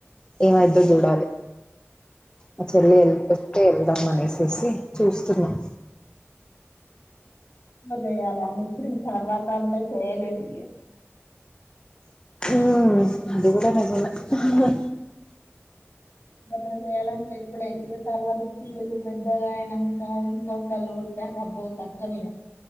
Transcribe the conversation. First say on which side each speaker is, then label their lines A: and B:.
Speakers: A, on the left (about 20°); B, on the left (about 55°).
A: ఏమైద్దో చూడాలి ఆ చెల్లి ఎల్ పెస్తే ఎల్దా మనేసు తెసి చూస్తున్నాం
B: చేయాలి అన్న ఇప్పుడు తర్వాత అంటే చేయలేం ఇ
A: ఉ అది కూడాడనేకున్నా
B: అ ఎలాంటే ఇప్పుడే ఈ తర్వాత పిల్లలు పెద్దగా అయినా ఇంకా ఇంకొకళ్ళు కొట్టేకబ్బో కష్టం ఇద